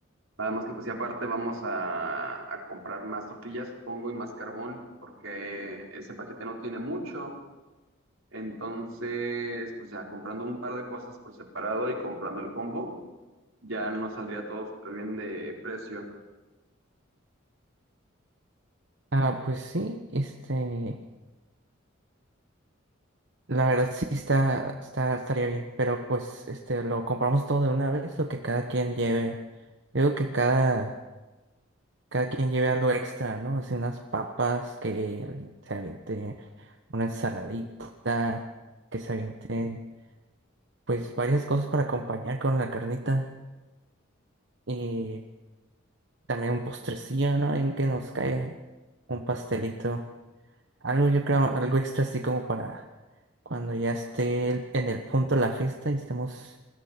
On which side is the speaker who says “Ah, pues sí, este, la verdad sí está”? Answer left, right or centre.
Right